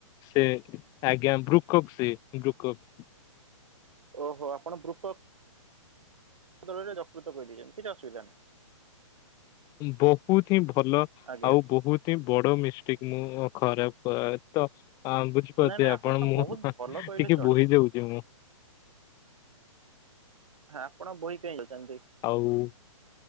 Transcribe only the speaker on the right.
ଓହୋ ଆପଣ ବୃପ ରେ ଯକୃତ କହିଦାଏକନ୍ତି କିଛି ଅସୁିଧା ନହି।
ଆଜ୍ଞା
ନା ନା
ବହୁତ ଭଲ କହିଲେ
ଚଳିବ
ହ ଆପଣ ବହି କେହି ଅାଉଛନ୍ତି।